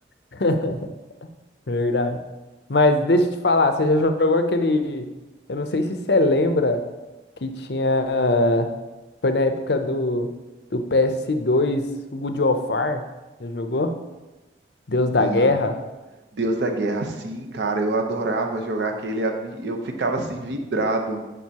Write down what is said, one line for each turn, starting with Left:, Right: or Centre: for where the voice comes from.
Left: <laughs> Verdade. Mas deixa eu te falar, você já jogou aquele. Eu não sei se você lembra que tinha. Foi na época do, do ps dois o God of War. Já jogou? Deus
Right: Não.
Left: da Guerra.
Right: Deus da Guerra, sim, cara. Eu adorava jogar aquele. a mim- Eu ficava assim vidrado.